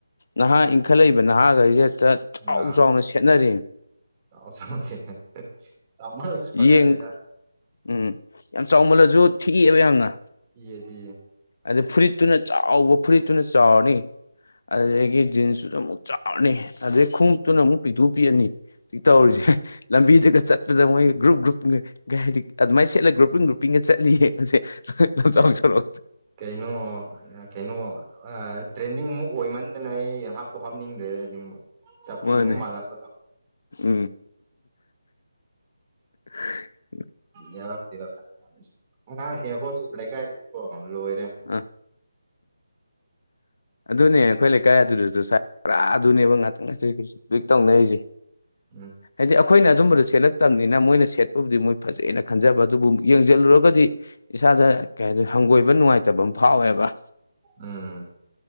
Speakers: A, on the left; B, on the right.
A: ꯅꯍꯥ ꯏꯟꯈꯠꯂꯛꯏꯕ ꯅꯍꯥꯈꯩꯁ‌ꯦ ꯍꯦꯛꯇ ꯆꯥꯎ
B: ꯑꯥ
A: ꯆꯥꯎꯅ ꯁꯦꯠꯅꯔ‌ꯦ
B: ꯆꯥꯎ ꯆꯥꯎꯅ ꯁꯦꯠꯅꯔ‌ꯦ ꯆꯥꯎꯃꯜꯂꯁꯨ
A: ꯌꯦꯡ
B: ꯐꯖꯗꯦꯗ
A: ꯎꯝ ꯌꯥꯝ ꯆꯥꯎꯃꯜꯂꯁꯨ ꯊꯤꯑꯦꯕ ꯌꯥꯝꯅ
B: ꯊꯤꯌꯦꯗꯤ
A: ꯑꯗꯨ ꯐꯨꯔꯤꯠꯇꯨꯅ ꯆꯥꯎꯕ ꯐꯨꯔꯤꯠꯇꯨꯅ ꯆꯥꯎꯔꯅꯤ ꯑꯗꯨꯗꯒꯤ ꯖꯤꯟꯁꯇꯨꯁꯨ ꯑꯃꯨꯛ ꯆꯥꯎꯔꯅꯤ ꯑꯗꯨꯗꯩ ꯈꯣꯡꯎꯞꯇꯨꯅ ꯑꯃꯨꯛ ꯄꯤꯛꯇꯨ ꯄꯤꯛꯑꯅꯤ ꯍꯧꯖꯤꯛ ꯇꯧꯔꯤꯁꯦ
B: ꯎꯝ
A: ꯂꯝꯕꯤꯗꯒ ꯆꯠꯄꯗ ꯃꯣꯏ ꯒ꯭ꯔꯨꯞ ꯒ꯭ꯔꯨꯞ ꯀꯩ ꯍꯥꯏꯗꯤ ꯑꯗꯨꯃꯥꯏꯅ ꯁꯦꯠꯂꯒ ꯒ꯭ꯔꯨꯞꯄꯤꯡ ꯒ꯭ꯔꯨꯞꯄꯤꯡꯒ ꯆꯠꯂꯤꯌꯦ ꯍꯧꯖꯤꯛ ꯂꯝꯖꯥꯎ
B: ꯀꯩ
A: ꯁꯨꯔꯣꯛ
B: ꯀꯩꯅꯣ ꯑ ꯀꯩꯅꯣ ꯑ ꯇ꯭ꯔꯦꯟꯗꯤꯡ ꯃꯨꯛ ꯑꯣꯏꯃꯟꯗꯅ ꯑꯩ ꯍꯥꯞꯄꯨ ꯍꯥꯞꯅꯤꯡꯗ꯭ꯔꯦꯗ ꯑꯁꯦꯡꯕ ꯆꯝꯄꯔꯤ
A: ꯃꯥꯅꯦ
B: ꯑꯃꯨꯛ ꯃꯥꯜꯂꯛꯕꯗꯣ
A: ꯎꯝ <unintelligible>
B: ꯌꯥꯔꯛꯇꯦꯗ ꯑꯉꯥꯡꯁꯦ ꯑꯩꯈꯣꯏ ꯂꯩꯀꯥꯏꯗꯁꯨꯀꯣ ꯂꯣꯏꯔꯦ
A: ꯑ ꯑꯗꯨꯅꯦ ꯑꯩꯈꯣꯏ ꯂꯩꯀꯥꯏ ꯑꯗꯨꯗꯁꯨ ꯁꯥꯏ ꯄꯨꯔꯥ ꯑꯗꯨꯅꯦꯕ <unintelligible> ꯍꯧꯖꯤꯛ ꯇꯧꯅꯔꯤꯖꯦ
B: ꯎꯝ
A: ꯍꯥꯏꯗꯤ ꯑ ꯈꯣꯏꯅ ꯑꯗꯨꯝꯕꯗꯣ ꯁꯦꯠꯂꯛꯇꯕꯅꯤꯅ ꯃꯣꯏꯅ ꯁꯦꯠꯄꯕꯨꯗꯤ ꯃꯣꯏ ꯐꯖꯩꯅ ꯈꯟꯖꯕ ꯑꯗꯨꯕꯨ ꯌꯦꯡꯖꯜꯂꯨꯔꯒꯗꯤ ꯏꯁꯥꯗ ꯀꯩ ꯍꯥꯏꯗꯣꯏꯅꯣ ꯍꯪꯒꯣꯏꯕ ꯅꯨꯡꯉꯥꯏꯇꯕ ꯑꯃ ꯐꯥꯎꯋꯦꯕ
B: ꯎꯝ